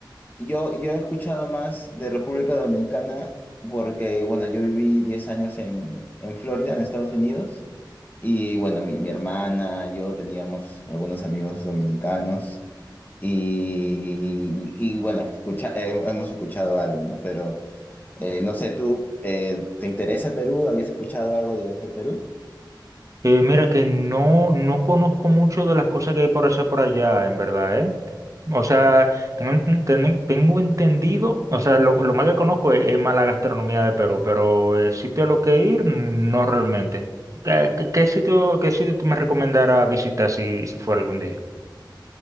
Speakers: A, on the left; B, on the right.
A: yo, yo he escuchado más de República Dominicana porque, bueno, yo viví 10 años en, en Florida, en Estados Unidos, y bueno, mi, mi hermana, yo teníamos algunos amigos dominicanos. Y, y bueno, escucha- eh, hemos escuchado algo, ¿no? Pero eh, no sé, ¿tú eh, te interesa Perú? ¿Habías escuchado algo de, de Perú?
B: Eh, mira que no, no conozco mucho de las cosas que hay por hacer por allá, en verdad, ¿eh? O sea, tengo, enten- ten- tengo entendido, o sea, lo, lo más que conozco es, es más la gastronomía de Perú, pero eh, sitio a lo que ir, no realmente. ¿Qué, qué- qué sitio, qué sitio tú me recomendarás visitar si, si fuera algún día?